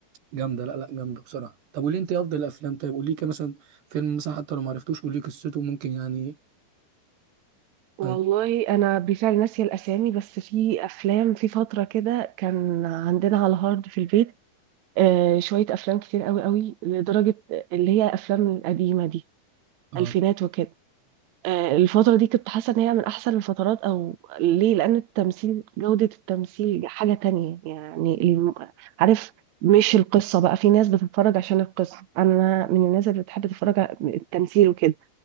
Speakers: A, on the right; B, on the right.
A: جامدة لا لا جامدة بصراحة طب قولي انت افضل الافلام طيب قولي كده مثلا فيلم مثلا حتى لو ما عرفتوش قولي قصته ممكن يعني
B: والله
A: اي
B: انا بالفعل ناسيه الاسامي بس في افلام في فتره كده كان عندنا على الهارد في البيت آه شويه افلام كتير قوي قوي لدرجه اللي هي الافلام القديمه دي
A: اه
B: الفينات وكده آه الفتره دي كنت حاسه ان هي من احسن الفترات او ليه لان التمثيل جوده التمثيل حاجه تانية يعني الم- عارف مش القصه بقى في ناس بتتفرج عشان القصه انا من الناس اللي بتحب تتفرج على التمثيل وكده